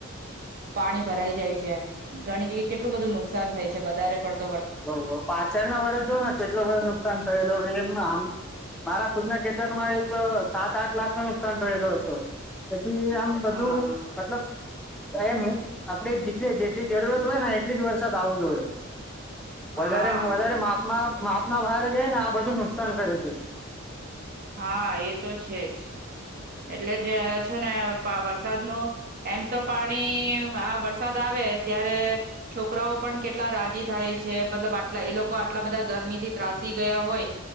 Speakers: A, on the right; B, in the centre.
A: પાણી ભરાઈ જાય છે. ઘણી જી કેટલું બધું નુકસાન થાય છે, વધારે પડ
B: હ પાછળના વર્ષ જો ને કેટલો બધો નુકસાન થયેલો, એમ ના આમ મારા ખુદ ના ખેતરમાં એક સાત આઠ, લાખ, નો નુકસાન થલો હત. હમ્મ, આમ બધું
A: હા
B: મતલબ એમ મુ આપડે જેટલી જેટલી, જરૂરત હોય, ને એટલી જ વરસાદ આવો જોઈએ.
A: હા
B: વધારે, વધારે માફમા માપના બારે જઈને, આ બધું નુકસાન કરે છે.
A: હા, એ તો છેજ. એટલે જે છેને, પ વરસાદ નો એમ તો પાણી આ વરસાદ આવે, ત્યારે છોકરાઓ પણ કેટલા રાજી થાય, છે મતલબ આટલા એ લોકો આટલા બધા ગરમીથી ત્રાસી ગયા હોય,